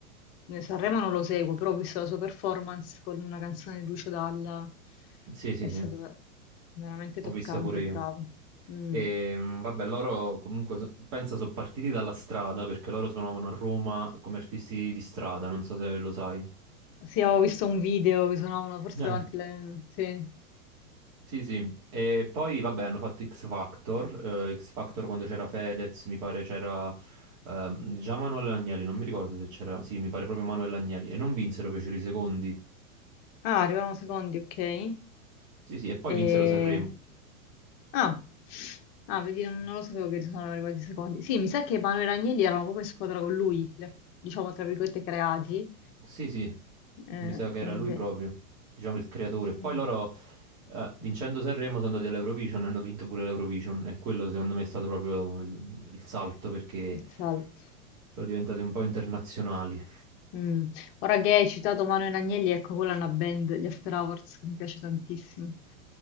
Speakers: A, on the left; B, on the right.
A: eh, Sanremo non lo seguo, però ho visto la sua performance con una canzone di Lucio Dalla.
B: Sì, sì,
A: È
B: sì,
A: stato
B: l'ho
A: veramente toccante,
B: vista pure io.
A: bravo. Mm.
B: E mh, vabbè, loro comunque so- pensa sono partiti dalla strada perché loro suonavano a Roma come artisti di strada, non so se lo sai.
A: Sì, avevo visto un video che suonavano forse
B: Eh,
A: davanti alle... Sì.
B: sì, sì. E poi vabbè, hanno fatto X Factor, eh, X Factor quando c'era Fedez, mi pare c'era ehm, già Manuel Agnelli, non mi ricordo se c'era, sì, mi pare proprio Manuel Agnelli e non vinsero, fecero i secondi.
A: Ah, arrivavano secondi, ok.
B: Sì, sì, e poi
A: E...
B: vinsero Sanremo.
A: Ah. Ah, vedi, non, non lo sapevo che sono arrivati i secondi. Sì, mi sa che Manuel e Agnelli erano proprio in squadra con lui, le- diciamo tra virgolette creati.
B: Sì, sì,
A: Eh,
B: mi sa che
A: e
B: era
A: inve-
B: lui proprio, diciamo il creatore.
A: sì,
B: Poi loro, eh, vincendo Sanremo, sono andati all'Eurovision, hanno vinto pure l'Eurovision e quello secondo me è stato proprio il, il salto perché
A: il salto.
B: sono diventati un po' internazionali.
A: Mm. Ora che hai citato Manuel Agnelli, ecco quella è una band, gli After Hours, che mi piace tantissimo.